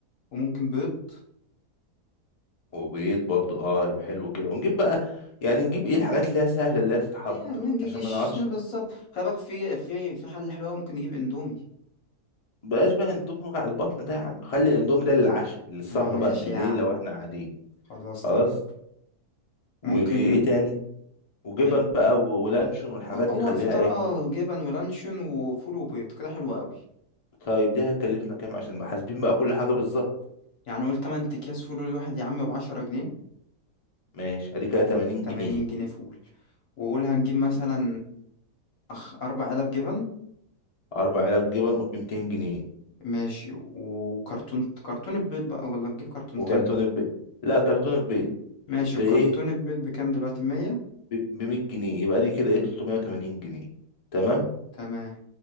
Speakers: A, on the left; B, on the left.
A: وممكن بيض
B: وبيض برضه اه هيبقى حلو كده ونجيب بقى يعني نجيب ايه الحاجات اللي هي سهلة اللي هي تتحضر
A: يعني ما نجيش
B: عشان ما نقعدش
A: بالظبط خلي بالك في في في حل حلو أوي، ممكن نجيب اندومي
B: بقاش بقى اندومي وجع البطن ده يا عم خلي الاندومي ده للعشاء للسهر
A: إيه، ماشي
B: بقى بالليل
A: يا عم
B: لو احنا قاعدين
A: خلاص
B: خلاص
A: طيب
B: وايه
A: ممكن
B: تاني وجبن
A: احنا
B: بقى و- ولانشون والحاجات
A: هو
B: دي خليها
A: الفطار
B: ايه
A: اه جبن ولانشون وفول وبيض كده حلو قوي
B: طيب ده هيكلفنا كام عشان بقى حاسبين بقى كل حاجه بالظبط
A: يعني قول تمن أكياس فول الواحد يا عم بعشرة جنيه
B: ماشي ادي كده 80
A: تمانين
B: جنيه
A: جنيه فول وقول هنجيب مثلا أخ أربع علب جبن
B: اربع علب جبن قول ب 200 جنيه
A: ماشي وكرتون كرتون البيض بقى ولا نجيب كرتونتين
B: وكرتون البيض لا كرتون البيض
A: ماشي
B: بايه
A: وكرتون البيض بكام دلوقتي مية
B: ب 100 جنيه يبقى دي كده ايه 380 جنيه تمام
A: تمام